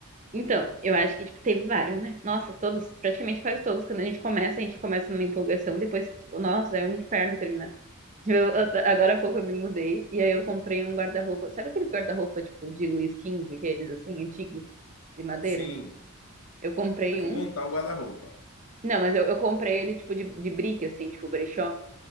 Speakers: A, on the right; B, on the left.
A: Então, eu acho que, tipo, teve vários, né? Nossa, todos, praticamente quase todos, quando a gente começa, a gente começa numa empolgação, depois, tipo, nossa, é um inferno terminar. Tipo, eu- eu- agora há pouco eu me mudei e aí eu comprei um guarda-roupa. Sabe aqueles guarda-roupa, tipo, de Luís XV, aqueles assim, antigos, de madeira?
B: Sim.
A: Eu comprei
B: Aí fui
A: um
B: montar o guarda-roupa.
A: Não, mas eu, eu comprei ele, tipo, de, de brick, assim, tipo, brechó.